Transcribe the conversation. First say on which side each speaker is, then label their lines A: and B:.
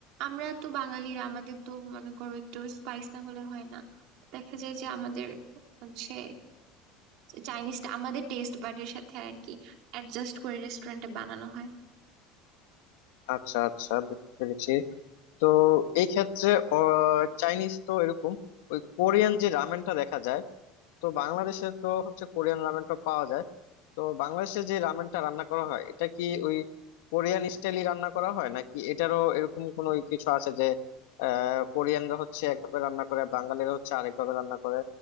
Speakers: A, on the right; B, on the left.
A: আমরা তো বাঙালিরা আমাদের তো মনে করো একটু স্পাইস না হলে হয় না দেখা যায় যে আমাদের হচ্ছে চাইনিজটা আমাদের টেস্ট বাডের সাথে আর কি অ্যাডজাস্ট করে রেস্টুরেন্টে বানানো হয়
B: আচ্ছা আচ্ছা বুঝতে পেরেছি তো এই ক্ষেত্রে চাইনিজ তো এরকম ওই কোরিয়ান যে রামেনটা দেখা যায় তো বাংলাদেশে তো হচ্ছে কোরিয়ান রামেনটা পাওয়া যায় তো বাংলাদেশে যে রামেনটা রান্না করা হয় এটা কি ওই কোরিয়ান স্টাইলই রান্না করা হয় নাকি এটারও এরকম কোনো ওই কিছু আছে যে আহ কোরিয়ানরা হচ্ছে একভাবে রান্না করে বাঙালিরা হচ্ছে আরেকভাবে রান্না করে